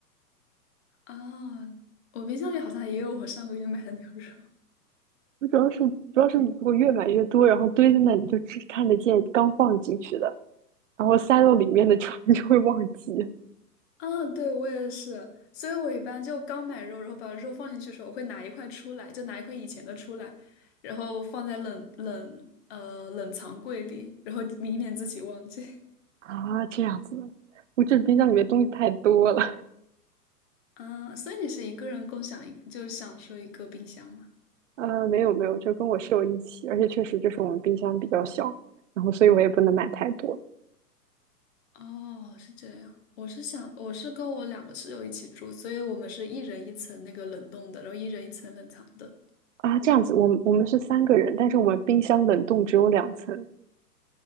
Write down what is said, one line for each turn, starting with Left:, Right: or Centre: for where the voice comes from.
Left: 啊，我冰箱里好像也有我上个月买的牛肉。<laughs>
Right: 我主要是主要是如果越买越多，然后堆在那里就只看得见刚放进去的。然后塞到里面的就 <laughs> 你就会忘记
Left: 啊，对，我也是，所以我一般就刚买肉，然后把肉放进去的时候，我会拿一块出来，就拿一块以前的出来，然后放在冷冷呃冷藏柜里，然后以免自己忘记。
Right: 啊，这样子。我这冰箱里面东西太多了，
Left: <laughs> 啊，所以你是一个人共享一，就是享受一个冰箱吗？
Right: 呃，没有没有，就跟我室友一起，而且确实就是我们冰箱比较小，然后所以我也不能买太多
Left: 哦，是这样。我是想，我是跟我两个室友一起住，所以我们是一人一层那个冷冻的，然后一人一层冷藏的。
Right: 啊。这样子，我们我们是三个人，但是我们冰箱冷冻只有两层，